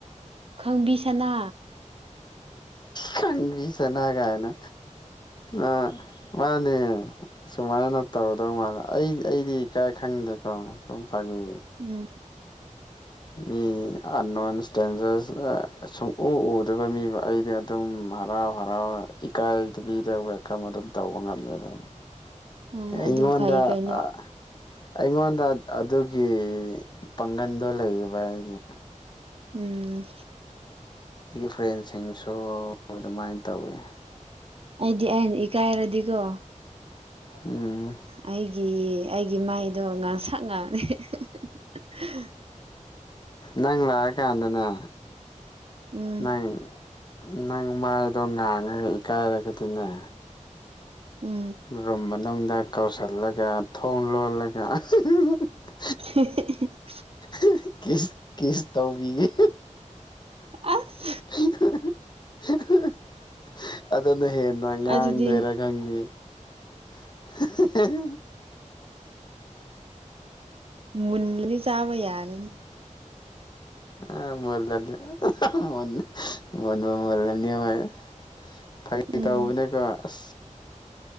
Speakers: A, on the right (about 45°); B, on the left (about 35°).
A: ꯈꯪꯕꯤꯁꯅꯥ
B: ꯈꯪꯕꯤꯁꯅꯥꯒꯥꯏꯅ ꯑ ꯃꯥꯅꯦ ꯁꯨꯃꯥꯏꯅ ꯇꯧꯗꯧ ꯃꯥꯜꯂꯦ ꯑꯩ ꯑꯩꯗꯤ ꯀꯥꯏ ꯈꯪ ꯂꯩ ꯐꯝ ꯁꯨꯝ ꯐꯥꯒꯤ
A: ꯎꯝ
B: ꯃꯤ ꯑ ꯅꯣꯟ ꯁ꯭ꯇꯦꯟꯖꯔꯁ ꯁꯨꯛꯎ ꯎꯗꯕ ꯃꯤꯕꯨ ꯑꯩꯗꯤ ꯑꯗꯨꯝ ꯍꯔꯥꯎ ꯍꯔꯥꯎꯅ ꯏꯀꯥꯏꯕꯤꯗ ꯋꯦꯜꯀꯝ ꯑꯗꯨꯝ ꯇꯧꯕ ꯉꯝꯃꯦꯕ
A: ꯎꯝ
B: ꯑꯩꯉꯣꯟꯗ
A: ꯑꯗꯨ ꯐꯩ ꯀꯩꯅꯣ
B: ꯑ ꯑꯩꯉꯣꯟꯗ ꯑꯗꯨ ꯑꯦ ꯄꯥꯡꯒꯟꯗꯣ ꯂꯩꯌꯦꯕ ꯑꯩꯒꯤ
A: ꯎꯝ
B: ꯔꯤ ꯐ꯭ꯔꯦꯟꯁꯤꯡꯁꯨ ꯑꯗꯨꯃꯥꯏꯅ ꯇꯧꯋꯦ
A: ꯑꯩꯗꯤ ꯑꯩꯅ ꯏꯀꯥꯏꯔꯗꯤꯀꯣ
B: ꯎꯝ
A: ꯑꯩꯒꯤ ꯑꯩꯒꯤ ꯃꯥꯏꯗꯣ ꯉꯥꯡꯁꯪ ꯉꯥꯡꯔꯦ <unintelligible>
B: ꯅꯪ ꯂꯥꯛ ꯀꯥꯟꯗꯅꯦ
A: ꯎꯝ
B: ꯅꯪ ꯅꯪ ꯃꯥꯏꯗꯣ ꯉꯥꯡꯉꯒ ꯏꯀꯥꯏꯔꯒꯗꯤꯅꯦ
A: ꯎꯝ
B: ꯔꯨꯝ ꯃꯅꯨꯡꯗ ꯀꯧꯁꯤꯜꯂꯒ ꯊꯣꯡ ꯂꯣꯜꯂꯒ <unintelligible>
A: <unintelligible>
B: <unintelligible> ꯀꯤꯁ ꯀꯤꯁ ꯇꯧꯕꯤꯒꯦ
A: ꯑꯁ
B: <unintelligible> ꯑꯗꯨꯅ ꯍꯦꯟꯅ ꯉꯥꯡꯗꯣꯏꯔꯥ
A: ꯑꯗꯨꯗꯤ
B: ꯈꯪꯗꯦ <unintelligible>
A: ꯃꯨꯜꯂꯅꯤ ꯆꯥꯕ ꯌꯥꯔꯅꯤ
B: ꯑ ꯃꯣꯜꯂꯅꯤ <unintelligible> ꯃꯨꯟꯕꯨ ꯃꯣꯜꯂꯅꯤ ꯃꯩ
A: <inaudible>
B: ꯐꯥꯒꯤ
A: ꯎꯝ
B: ꯇꯧꯕꯅꯦꯀꯣ ꯑꯁ